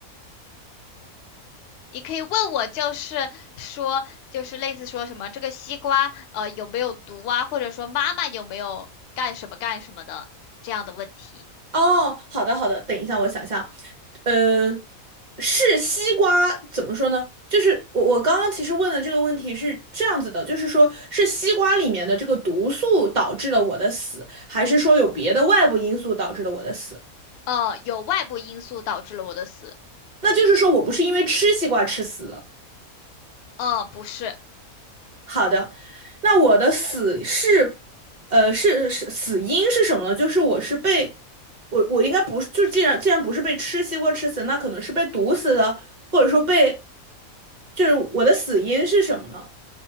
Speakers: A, on the left; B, on the right.
A: 你可以问我，就是说，就是类似说什么这个西瓜呃有没有毒啊，或者说妈妈有没有干什么干什么的这样的问题。
B: 哦，好的好的，等一下，我想想，呃，是西瓜，怎么说呢？就是我我刚刚其实问的这个问题是这样子的，就是说是西瓜里面的这个毒素导致了我的死，还是说有别的外部因素导致了我的死？
A: 呃，有外部因素导致了我的死。
B: 那就是说我不是因为吃西瓜吃死的。
A: 呃，不是，
B: 好的，那我的死是，呃，是是死因是什么呢？就是我是被我我应该不是，就既然既然不是被吃西瓜吃死，那可能是被毒死的，或者说被，就是我的死因是什么呢？